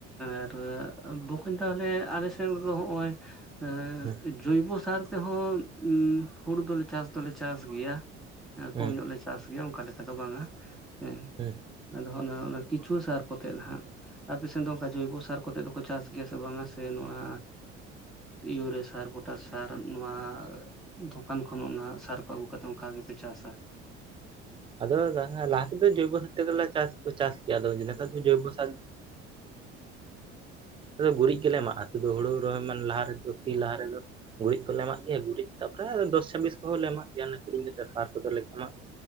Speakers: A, in the centre; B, on the right.
A: ᱟᱨ ᱵᱚᱠᱚᱧ ᱛᱟᱦᱚᱸᱞᱮ ᱟᱞᱮᱥᱮᱫ ᱫᱚ ᱦᱚᱜ-ᱚᱭ ᱮ
B: ᱦᱩᱸ
A: ᱡᱚᱭᱵᱚ ᱥᱟᱨ ᱛᱮᱦᱚᱸ ᱩᱸ ᱦᱩᱲᱩ ᱫᱚᱞᱮ ᱪᱟᱥ ᱫᱚᱞᱮ ᱪᱟᱥ ᱜᱮᱭᱟ
B: ᱦᱩᱸ
A: ᱠᱚᱢ ᱧᱚᱜ ᱞᱮ ᱪᱟᱥ ᱜᱮᱭᱟ ᱚᱱᱠᱟ ᱞᱮᱠᱟ ᱫᱚ ᱵᱟᱝᱟ ᱦᱮᱸ᱾
B: ᱦᱮᱸ᱾
A: ᱟᱫᱚ ᱦᱚᱜ-ᱱᱟ ᱠᱤᱪᱷᱩ ᱥᱟᱨ ᱠᱚᱛᱮ ᱦᱟᱸᱜ᱾ ᱟᱯᱮ ᱥᱮᱱ ᱫᱚ ᱚᱱᱠᱟ ᱡᱚᱭᱵᱚ ᱥᱟᱨ ᱠᱚᱛᱮᱜ ᱫᱚᱠᱚ ᱪᱟᱥ ᱜᱮᱭᱟ ᱥᱮ ᱵᱟᱝᱟ ᱥᱮ ᱱᱚᱣᱟ ᱮ ᱭᱩᱨᱮ ᱥᱟᱨ ᱯᱚᱴᱟᱥ ᱥᱟᱨ ᱱᱚᱣᱟ ᱫᱚᱠᱟᱱ ᱠᱷᱚᱱ ᱚᱱᱟ ᱥᱟᱨ ᱠᱚ ᱟᱹᱜᱩ ᱠᱟᱛᱮᱜ ᱚᱱᱠᱟ ᱜᱮᱯᱮ ᱪᱟᱥᱟ᱾
B: ᱟᱫᱚ ᱫᱟᱫᱟ ᱦᱮᱸ ᱞᱟᱦᱟ ᱛᱮᱫᱚ ᱡᱚᱭᱵᱚ ᱥᱚᱛ ᱛᱮᱜᱮ ᱪᱟᱥ ᱠᱚ ᱪᱟᱥ ᱜᱮᱭᱟ ᱟᱫᱚ ᱱᱮᱛᱟᱨ ᱫᱚ ᱡᱟᱹᱭᱵᱽ ᱥᱟᱨ <unintelligible> ᱜᱩᱨᱤᱡ ᱜᱮᱞᱮ ᱮᱢᱟᱜ-ᱟ᱾ ᱥᱩᱫᱩ ᱦᱩᱲᱩ ᱨᱚᱦᱚᱭ ᱢᱟᱱ ᱞᱟᱦᱟᱫᱚ ᱥᱤ ᱞᱟᱦᱟ ᱨᱮᱫᱚ ᱜᱩᱨᱤᱡ ᱠᱚᱞᱮ ᱮᱢᱟᱜ ᱜᱮᱭᱟ ᱜᱩᱨᱤᱡ ᱛᱟᱯᱚᱨᱮ ᱟᱫᱚ ᱫᱚᱥ ᱪᱷᱟᱵᱽᱵᱤᱥ ᱠᱚᱦᱚᱸ ᱞᱮ ᱮᱢᱟᱜ ᱜᱮᱭᱟ ᱚᱱᱮ ᱠᱤᱨᱤ ᱠᱟᱛᱮ ᱥᱟᱨ ᱠᱚᱫᱚᱞᱮ ᱮᱢᱟᱜ